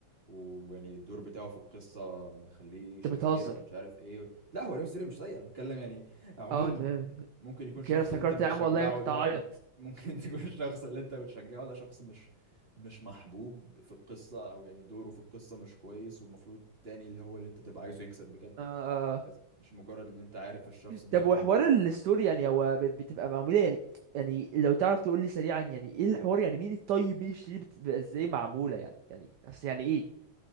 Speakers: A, on the right (about 30°); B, on the right (about 65°).
A: ويعني الدور بتاعه في القصة مخليه
B: انت
A: شرير
B: بتهزر
A: او مش عارف ايه لا هو ري ميستيريو مش سيء انا بتكلم يعني عموما
B: اه تمام
A: ممكن يكون الشخص
B: كده افتكرت
A: اللي انت بتشجعه
B: يا عم والله انا كنت
A: ده
B: هعيط
A: ممكن ممكن <laughs> تكون الشخص اللي انت بتشجعه ده شخص مش مش محبوب في القصة او يعني دوره في القصة مش كويس والمفروض التاني اللي هو اللي انت تبقى عايزه يكسب بجد
B: آه آه.
A: وهكذا
B: آه.
A: مش مجرد ان انت عارف الشخص ده
B: طب وحوار
A: فانت بتشجعه
B: الستوري يعني هو ب- بتبقى معموله يعني يعني لو تعرف تقول لي سريعا يعني ايه الحوار يعني مين الطيب مين الشرير بتبقى ازاي معموله يعني يعني اصل يعني ايه